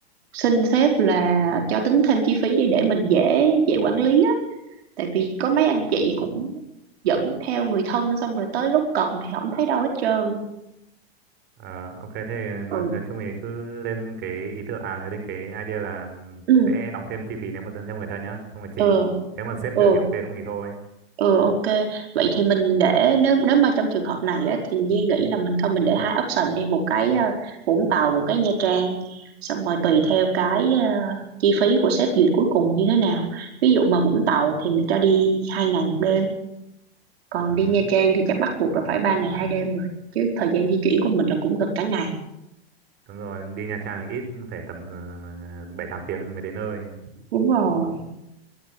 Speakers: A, on the right; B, on the right.
A: xin sếp là cho tính thêm chi phí đi để mình dễ dễ quản lý á tại vì có mấy anh chị cũng dẫn theo người thân xong rồi tới lúc cần thì không thấy đâu hết trơn
B: Ờ, ok thế nói
A: ừ
B: nói chung thì cứ lên cái ý tưởng à lên cái idea là ừm,
A: ừ
B: sẽ đóng thêm chi phí nếu mà dẫn thêm người thân nhá trong quá
A: ừ
B: trình nếu mà sếp
A: ừ
B: duyệt thì ok không thì thôi
A: Ừ ok, vậy thì mình để nếu nếu mà trong trường hợp này á, thì Nhi nghĩ là mình thôi mình để hai option đi một cái ờ, Vũng Tàu một cái Nha Trang xong rồi tùy theo cái ờ, chi phí của sếp duyệt cuối cùng như thế nào ví dụ mà Vũng Tàu thì mình cho đi hai ngày một đêm còn
B: ừ.
A: đi Nha Trang thì chắc bắt buộc là phải ba ngày hai đêm rồi chứ thời gian di chuyển của mình là cũng gần cả ngày
B: đúng rồi đi Nha Trang thì ít phải tầm ờ, bảy tám tiếng mới đến nơi
A: đúng rồi